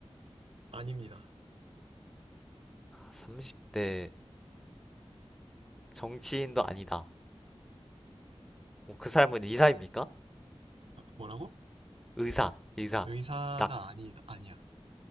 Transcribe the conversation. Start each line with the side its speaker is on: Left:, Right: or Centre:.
Right: 아닙니다.
Centre: 30대 정치인도 아니다. 뭐 그 사람은 의사입니까?
Right: 아, 뭐라고?
Centre: 의사, 의사.
Right: 의사가
Centre: 딱
Right: 아니, 아니야.